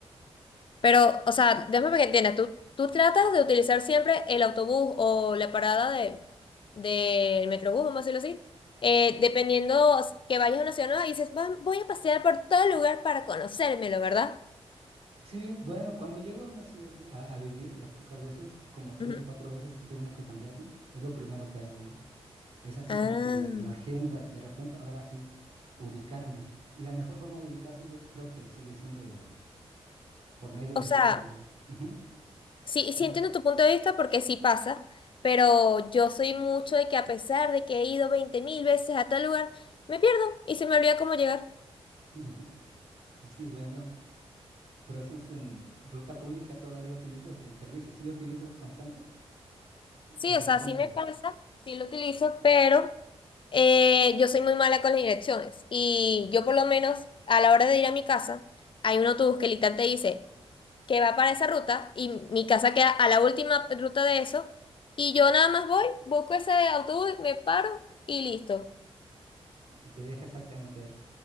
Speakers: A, on the left; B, on the right.
A: Pero, o sea, déjame que entiendas, tú, tú tratas de utilizar siempre el autobús o la parada de, del metrobús, vamos a decirlo así, eh, dependiendo s- que vayas a una ciudad nueva y dices, "Va- voy a pasear por todo el lugar para conocérmelo, ¿verdad?
B: Sí, bueno, cuando llego a una ciudad a, a vivir, las pocas veces, como tres
A: Ujú.
B: o cuatro veces que he tenido que cambiarme, es lo primero que hago, ¿no? Es así
A: Ah,
B: como que la agenda, de repente, ahora sí, ubicarme. Y la mejor forma de ubicarse yo creo que sigue siendo la de, por medio
A: o
B: de
A: sea,
B: rutas de... Ujú,
A: sí,
B: trans-
A: sí entiendo tu punto de vista porque sí pasa, pero yo soy mucho de que a pesar de que he ido veinte mil veces a tal lugar, me pierdo y se me olvida cómo llegar.
B: ujú. Sí, bueno, pero eso es en ruta pública, todavía utilizas el servicio. ¿Sí lo utilizas constante o
A: Sí,
B: o
A: o
B: de
A: sea,
B: repente
A: sí me pasa, sí lo utilizo, pero eh, yo soy muy mala con las direcciones. Y yo por lo menos a la hora de ir a mi casa, hay un autobús que literalmente dice que va para esa ruta y mi casa queda a la última ruta de eso. Y yo nada más voy, busco ese autobús, me paro y listo.
B: y te deja exactamente ahí?